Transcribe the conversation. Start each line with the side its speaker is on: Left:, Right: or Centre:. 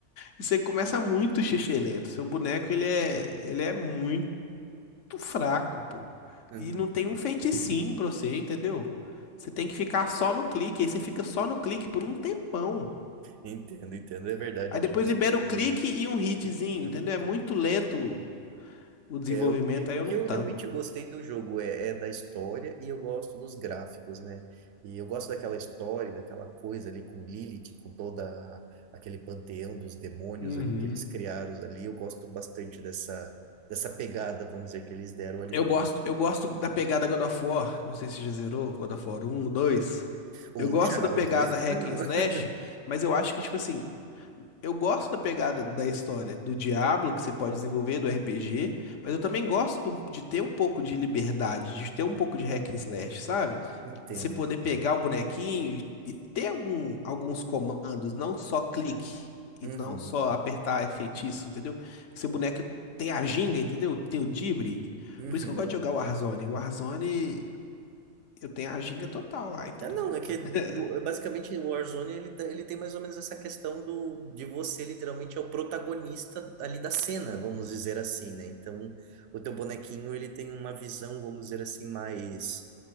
Left: Você começa muito xixi Seu boneco, ele é, ele é muito muito fraco, pô.
Right: Uhum.
Left: E não tem um feiticinho pra você, entendeu? Você tem que ficar só no clique, aí você fica só no clique por um tempão.
Right: Entendo, entendo. É verdade,
Left: Aí
Right: eu
Left: depois
Right: tive essa
Left: libera
Right: experiência.
Left: o clique e um hitzinho,
Right: Uhum.
Left: entendeu? É muito lento o desenvolvimento,
Right: É, o que,
Left: aí
Right: o
Left: eu
Right: que
Left: não
Right: eu
Left: tanco.
Right: realmente gostei do jogo é, é da história e eu gosto dos gráficos, né? E eu gosto daquela história, daquela coisa ali com Lilith, com toda a- aquele panteão dos demônios
Left: Uhum.
Right: ali que eles criaram ali. Eu gosto bastante dessa, dessa pegada, vamos dizer, que eles deram ali
Left: Eu
Right: no.
Left: gosto, eu gosto da pegada God of War. Não sei se já zerou God of War um, 2.
Right: O
Left: Eu
Right: um
Left: gosto
Right: já,
Left: da pegada
Right: o dois ainda
Left: hack
Right: não.
Left: and slash,
Right: <laughs>
Left: mas eu acho que, tipo assim, eu gosto da pegada da história do Diablo, que você pode desenvolver, do RPG, mas eu também gosto de ter um pouco de liberdade, de ter um pouco de hack and slash, sabe?
Right: Entendo,
Left: De você poder
Right: entendo.
Left: pegar o bonequinho e e ter algum, alguns comandos, não só clique e
Right: Uhum,
Left: não só apertar feitiço, entendeu? Que seu boneco tem a ginga, entendeu? Tem o drible.
Right: uhum.
Left: Por isso que eu gosto de jogar o Warzone. O Warzone, eu tenho a ginga total lá, entendeu?
Right: É, não, é que
Left: <laughs>
Right: o- é basicamente o Warzone ele, tá- ele tem mais ou menos essa questão do de você literalmente é o protagonista ali da cena, vamos dizer assim, né? Então, o teu bonequinho ele tem uma visão, vamos dizer assim, mais